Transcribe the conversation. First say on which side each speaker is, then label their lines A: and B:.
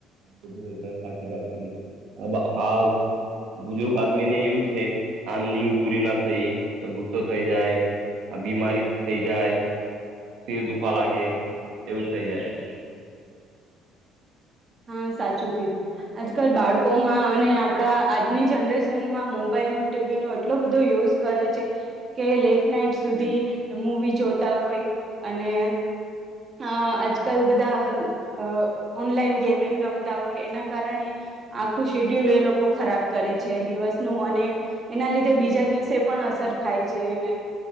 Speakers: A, on the right; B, on the right.
A: <unintelligible> સાચી વાત કીધી, આ બ આ બુજુર્ગ આદમી ને એવું છ આમ નીંગ પૂરી ન થઈ, તો ગુસ્સો થઈ જાય, આ બીમારી થઈ જાય શિર દુખવા લાગે, એવું થઈ જાય.
B: હા સાચું કીધું. આજકાલ બાળકોમાં અને આપણા આજની જનરેશનમાં મોબા ઈલ નો, ટી વી નો એટલો બધો યુઝ કરે છે, કે લેટ નાઈટ સુધી મુવી જોતા હો ય અને અ આજકલ બધા અ ઓનલાઇન ગેમિંગ રમતા હોય એના કારણે આખું શીડ્યુલ એ લોકો ખરાબ કરે છે દિવસનું અને એના લીધે બીજા દિવસે પણ અસર થાય છે જે એને,